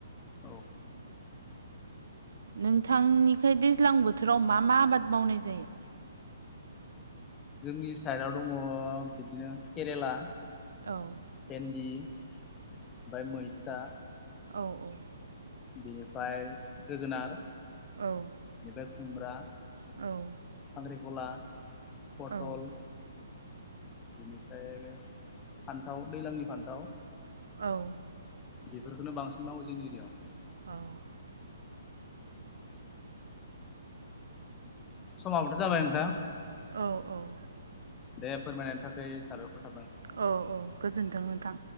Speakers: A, on the left; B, on the right.
A: औ
B: नोंथांनिखै दैज्लां बोथोराव मा मा आबाद मावनाय जायो
A: जोंनि साइडआव दङ बिदिनो केरेला
B: औ
A: भेन्दि ओमफाय मैथा
B: औ औ
A: बिनिफाय जोगोनार।
B: औ
A: बेनिफ्राय खुमब्रा
B: औ
A: खांखिखला पटल
B: औ
A: बेनिफ्राय आरो फान्थाव दैज्लांनि फान्थाव
B: औ
A: बेफोरखौनो बांसिन मावो जोंनि इरियाआव
B: औ
A: समाबोथ जाबाय नोंथां
B: औ औ
A: दे फोरमायनायनि थाखाय साबायखर थाबाय
B: औ औ गोजोनथों नोंथां